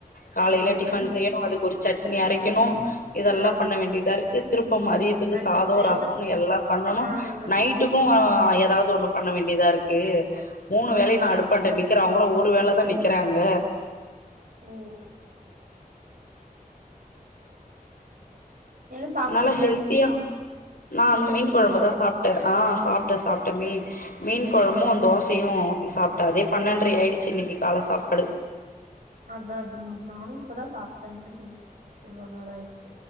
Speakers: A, on the left; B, on the right.
A: காலைல
B: அதா அதாங்க
A: டிஃபன் செய்யணு அதுக்கொரு சட்னி அரைக்கணு இதெல்லா
B: ஆ
A: பண்ண வேண்டியதாரு திருப்ப மதியத்துக்கு
B: லன்ச்
A: சாதோ
B: செய்யணு
A: ரசோனு எல்லா பண்ணனு
B: ஆ
A: நைட்டுக்கு
B: ஆ ம்
A: எதாவது ஒண்ணு பண்ண வேண்டியதா இருக்கு மூணு வேலையு நா
B: ம்
A: அடுப்பான்ட
B: ம்
A: நிக்கிற அவுங்கெல்லா ஒரு வேலதா நிக்கறாங்க
B: ம் ம் என்ன சாப்ட்டீங்க
A: நல்லா ஹெல்த்தியா நா
B: சாப்ட்டாச்சுங்களா
A: அந்த மீன் கொழம்பதா சாப்ட்ட
B: சரி
A: ஆ சாப்ட்ட சா த மீ மீன்
B: சரி
A: கொழம்பு
B: சரி
A: தோசையு ஊத்தி சாப்டே அதே பன்னெண்டரை ஆயிடுச்சி இன்னைக்கி கால சாப்பாடு
B: அதா அதா நானு இப்பதா சாப்டே இவ்ளோ நேரோ ஆயிடுச்சி